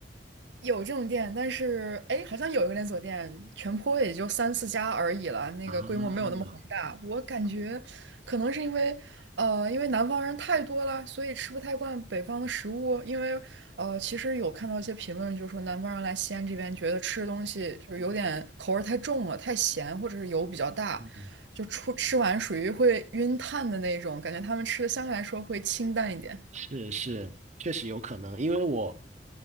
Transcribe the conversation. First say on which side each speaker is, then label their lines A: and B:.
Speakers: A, on the right; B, on the right.
A: 有这种店，但是哎，诶好像有一个连锁店，全坡也就三四家而已了，那个规模没有那么宏大。
B: 啊，
A: 我感觉可能是因为，呃，因为南方人太多了，所以吃不太惯北方的食物。因为，呃，其实有看到一些评论，就是说南方人来西安这边，觉得吃的东西就是有点口味儿太重了，太咸，或者是油比较大，
B: 嗯，
A: 就出吃完属于会晕碳的那种，感觉他们吃的相对来说会清淡一点。
B: 是是，确实有可能，因为我。